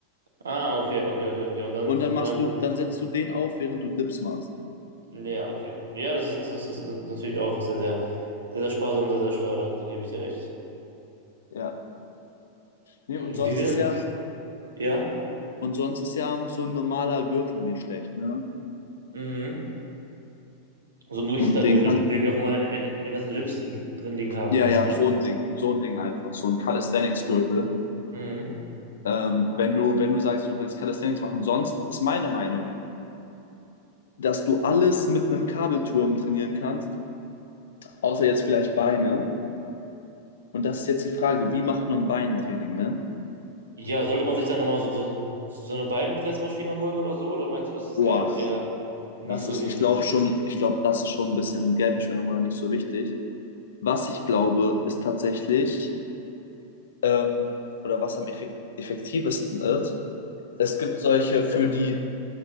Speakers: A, on the right; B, on the left.
A: Ah, okay, okay, okay, okay. Und dann,
B: Und dann
A: und
B: machst
A: dann,
B: du, dann setzt du den auf, während du Dips machst.
A: nee, ja, okay. Ja, das ist, das ist, das ist natürlich auch sehr, sehr, sehr, sehr sparsam, sehr, sehr schlau, da da gebe ich dir recht.
B: Ja. Nee,
A: Wie
B: und sonst
A: sieht
B: ist ja,
A: Ja?
B: und sonst ist ja auch so ein normaler Gürtel nicht schlecht, ne?
A: Mhm. So ein Richter-Gürtel,
B: Und den kann,
A: den die auch immer in, in den ganzen Gyms drin liegen haben,
B: ja,
A: meinst
B: ja,
A: du, ne?
B: so ein Ding, so ein Ding einfach, so ein Calisthenics-Gürtel.
A: Mhm.
B: Ähm, wenn du, wenn du sagst, du willst Calisthenics machen, sonst ist meine Meinung, dass du alles mit einem Kabelturm trainieren kannst, außer jetzt vielleicht Beine. Und das ist jetzt die Frage, wie macht man Beintraining, ne?
A: Ja, sollte man sich dann nochmal so, so, so eine Beinpressmaschine holen oder so? Oder meinst du, das ist
B: Boah,
A: eher, eher nicht
B: das
A: so
B: ist,
A: wichtig?
B: ich glaube schon, ich glaube, das ist schon ein bisschen Geldverschwendung oder nicht so wichtig. Was ich glaube, ist tatsächlich, ähm, oder was am effek effektivsten ist, es gibt solche für die,